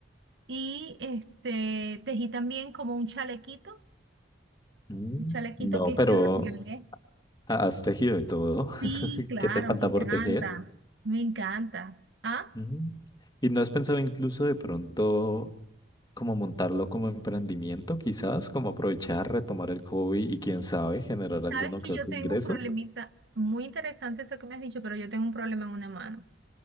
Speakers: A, on the right; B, on the left.
A: Y este, tejí también como un chalequito,
B: Mm,
A: un chalequito
B: no,
A: que
B: pero
A: se lo regalé.
B: ha- has tejido de todo.
A: Sí,
B: <laughs>
A: claro,
B: ¿Qué te falta
A: me encanta,
B: por tejer?
A: me encanta. ¿Ah?
B: Mm. ¿Y no has pensado incluso de pronto como montarlo como emprendimiento, quizás, como aprovechar, retomar el hobby y quién sabe, generar alguno
A: Sabes que
B: que
A: yo
B: otro
A: tengo
B: ingreso?
A: un problemita muy interesante eso que me has dicho, pero yo tengo un problema en una mano.